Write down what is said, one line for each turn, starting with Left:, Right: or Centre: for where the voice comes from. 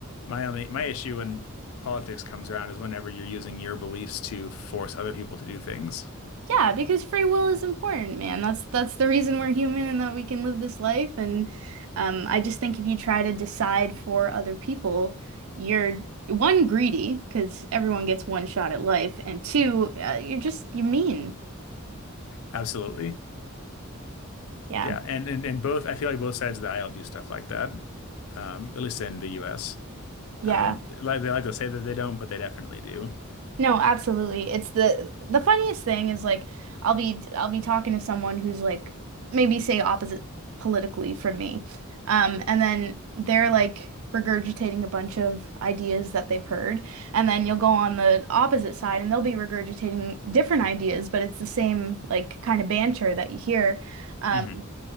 Left: My only my issue when politics comes around is whenever you're using your beliefs to force other people to do things.
Right: Yeah, because free will is important, man. That's that's the reason we're human and that we can live this life. And um, I just think if you try to decide for other people, you're one greedy because everyone gets one shot at life, and two, uh, you're just you're mean.
Left: Absolutely.
Right: Yeah,
Left: Yeah, and and and both I feel like both sides of the aisle do stuff like that. Um, at least in the US.
Right: yeah.
Left: Um, like they like to say that they don't, but they definitely do.
Right: No, absolutely. It's the the funniest thing is like I'll be I'll be talking to someone who's like maybe say opposite politically from me. Um, and then they're like regurgitating a bunch of ideas that they've heard, and then you'll go on the opposite side and they'll be regurgitating different ideas, but it's the same like kind of banter that you hear. Um,
Left: Mhm.